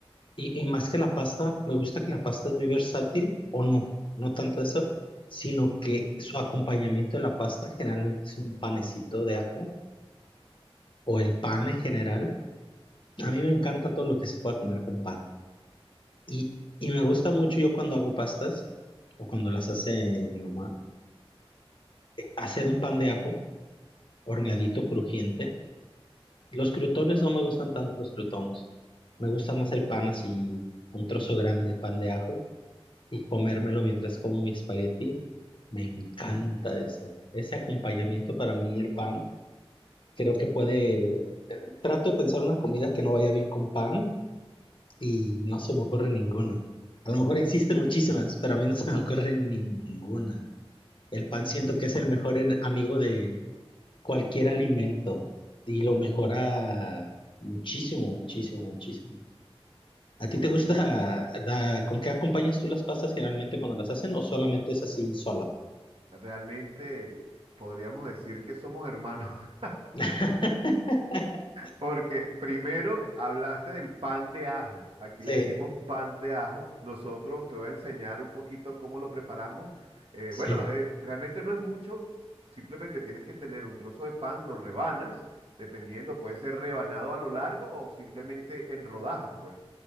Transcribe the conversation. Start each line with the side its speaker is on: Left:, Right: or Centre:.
Left: Y, y más que la pasta, me gusta que la pasta es muy versátil, o no, no tanto eso, sino que su acompañamiento de la pasta generalmente es un panecito de ajo, o el pan en general. A mí me encanta todo lo que se pueda comer con pan. Y, y me gusta mucho yo cuando hago pastas o cuando las hace mi mamá, hacer un pan de ajo horneadito crujiente. Los crutones no me gustan tanto los crutones. Me gusta más el pan así, un trozo grande, pan de ajo, y comérmelo mientras como mi espagueti. Me encanta eso. Ese acompañamiento para mí, el pan, creo que puede... Trato de pensar una comida que no vaya bien con pan y no se me ocurre ninguna. A lo mejor existen muchísimas, pero a mí no se me ocurre ninguna. El pan siento que es el mejor en- amigo de cualquier alimento y lo mejora muchísimo, muchísimo, muchísimo. ¿A ti te gusta <laughs> la- con qué acompañas tú las pastas generalmente cuando las hacen o solamente es así sola?
Right: Realmente podríamos decir que somos hermanos, <laughs>
Left: <laughs>
Right: porque primero hablaste del pan de ajo. Aquí
Left: Sí,
Right: le decimos pan de ajo. Nosotros te voy a enseñar un poquito cómo lo preparamos. Eh,
Left: sí,
Right: bueno, eh, realmente no es mucho. Simplemente tienes que tener un trozo de pan, lo rebanas, dependiendo, puede ser rebanado a lo largo o simplemente en rodajas, pues.